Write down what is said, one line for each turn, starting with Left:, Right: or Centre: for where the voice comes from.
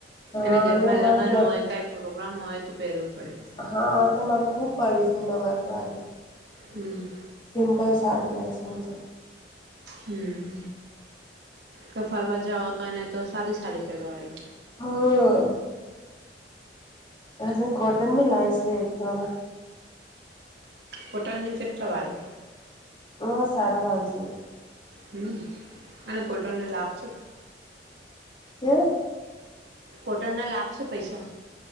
Left: હા
Right: અને ઘરમાં
Left: મારે
Right: લગ્ન હોય કાઈ પ્રોગ્રામ હોય તો પહેરવું પડે
Left: હા એટલે મારે ખુબ પડી છે નવારકવાની
Right: હમ
Left: સિમપલ સાડી લઈ શુંંધ
Right: હમ કઈ ફરવા જવા હોય ને તો સાદી સાડી ફેરવા હોય
Left: હા હ ક કોટન મે લાઈઇશું એક તો
Right: હોટલ નું કેટલા વાળું
Left: હ સાડા પાંસોને
Right: હમ અને કોટને લાભ છે
Left: કે્યા
Right: કોટન ના લાગશે પૈસા